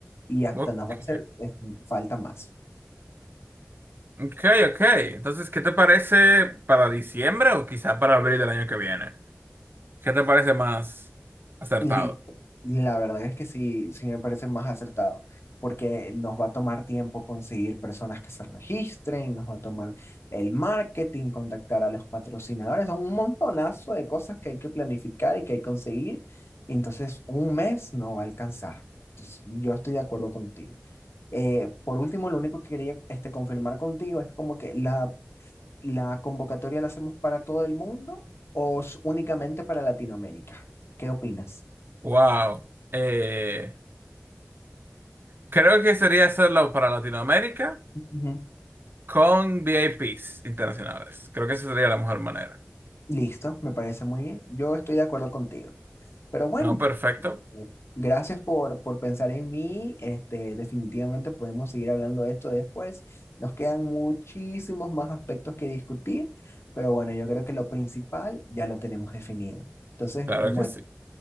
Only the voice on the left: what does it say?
y hasta
nos va a hacer es- falta más.
Listo. La verdad es que sí, sí me parece más acertado, porque nos va a tomar tiempo conseguir personas que se registren, nos va a tomar el marketing, contactar a los patrocinadores, son un montonazo de cosas que hay que planificar y que hay que conseguir. y Entonces, un mes no va a alcanzar. Entonces, yo estoy de acuerdo contigo. Eh, por último, lo único que quería este, confirmar contigo es como que la ¿La convocatoria la hacemos para todo el mundo o s- únicamente para Latinoamérica? ¿Qué opinas?
Ujú.
Listo, me parece muy bien. Yo estoy de acuerdo contigo. Pero bueno,
eh, gracias por, por pensar en mí. Este, definitivamente podemos seguir hablando de esto después. Nos quedan muchísimos más aspectos que discutir, pero bueno, yo creo que lo principal ya lo tenemos definido. Entonces,
bueno,